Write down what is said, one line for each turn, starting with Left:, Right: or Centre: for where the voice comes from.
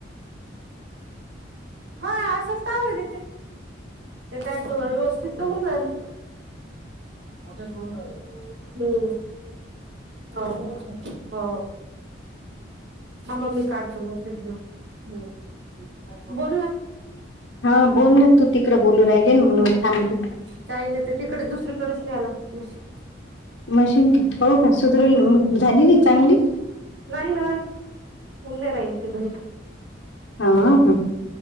Right: हा असच तर आवाज येते. ते त्याच्याकडे व्यवस्थित तवून राहिलं. कोठ्या सोडून राहिला तो हम्म. <unintelligible> हो. थांबा मी काढतो मग ते धुना हम्म बोल ना.
Left: हा बोल ना तू तिकडं बोलू राहिली ना म्हणून थांबली.
Right: काही नाही ते तिकडे दुसरीकडेच न्या लागते मशीन.
Left: मशीन का हो का सुधरेलना
Right: हम्म
Left: मग झाली नाही चांगली?
Right: नाही ना हुउना राहील ते घरी.
Left: हा ह